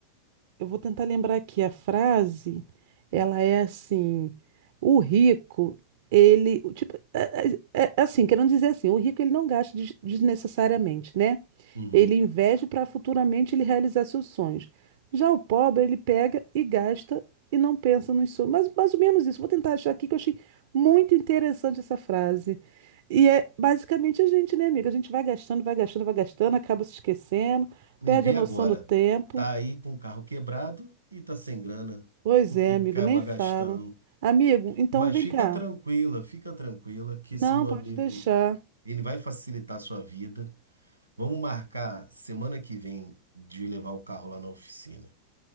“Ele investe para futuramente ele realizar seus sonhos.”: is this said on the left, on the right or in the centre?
Right